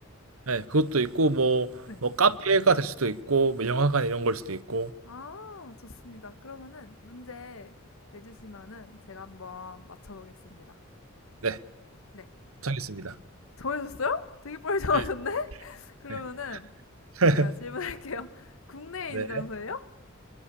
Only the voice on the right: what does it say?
네, 그것도 있고, 뭐,
뭐, 카페가 될 수도 있고, 뭐, 영화관 이런 걸 수도 있고,
네,
정했습니다.
네,
네. <laughs>
네,